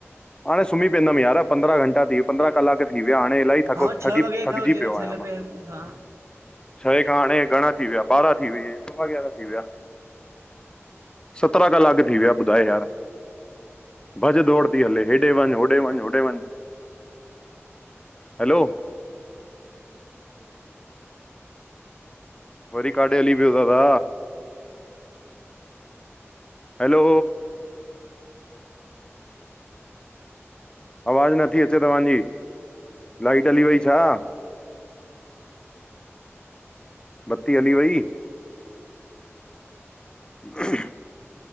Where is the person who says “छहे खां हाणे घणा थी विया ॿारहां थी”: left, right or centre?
Left